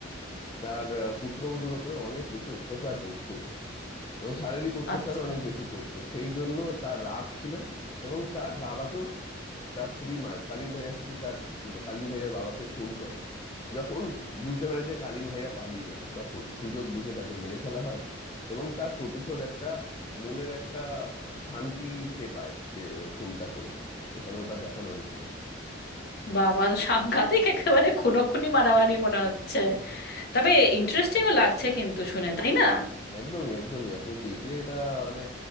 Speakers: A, on the left; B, on the left.
A: তার আহ, পুত্রবধূর উপরে অনেক বেশি অত্যাচার করত এবং শারীরিক অত্যাচারও
B: আচ্ছা
A: অনেক বেশি করত সেই জন্য তার রাগ ছিল এবং তার বাবাকেও স- তার স্ত্রী মা কালীন ভাইয়ার স্ত্রী তার উম, কালীন ভাইয়ার বাবাকে খুন করে যখন বুঝতে পেরেছে কালীন ভাইয়া পালিয়ে গেছে তখন সুযোগ বুঝে তাকে মেরে ফেলা হয় এবং তার প্রতিশোধ একটা মনের একটা আহ, শান্তি সে পায় সে আহ, খুনটা করে এখানে ওটা দেখানো হয়েছিল
B: বাবা সাংঘাতিক একেবারে খুনোখুনি মারামারি মনে হচ্ছে তবে ইন্টারেস্টিংও লাগছে কিন্তু শুনে তাই না
A: একদমই একদমই আপনি দেখলে এটা মানে